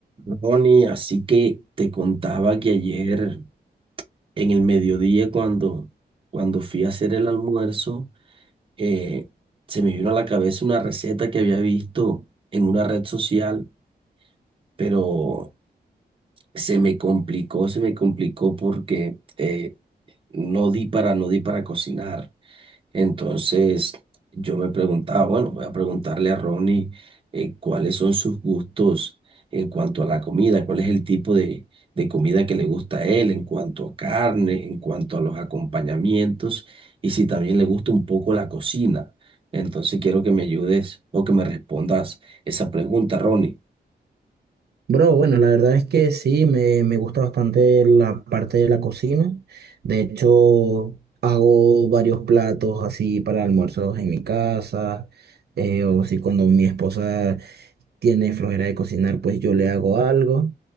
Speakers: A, on the right; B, on the right.
A: Ronnie, así que te contaba que ayer en el mediodía cuando, cuando fui a hacer el almuerzo, eh, se me vino a la cabeza una receta que había visto en una red social, pero se me complicó, se me complicó porque eh, no di para, no di para cocinar. Entonces yo me preguntaba, bueno, voy a preguntarle a Ronnie eh, cuáles son sus gustos en cuanto a la comida, cuál es el tipo de, de comida que le gusta a él en cuanto a carne, en cuanto a los acompañamientos y si también le gusta un poco la cocina. Entonces quiero que me ayudes o que me respondas esa pregunta, Ronnie.
B: Bro, bueno, la verdad es que sí, me, me gusta bastante la parte de la cocina. De hecho, hago varios platos así para almuerzos en mi casa, eh, o si cuando mi esposa tiene flojera de cocinar, pues yo le hago algo.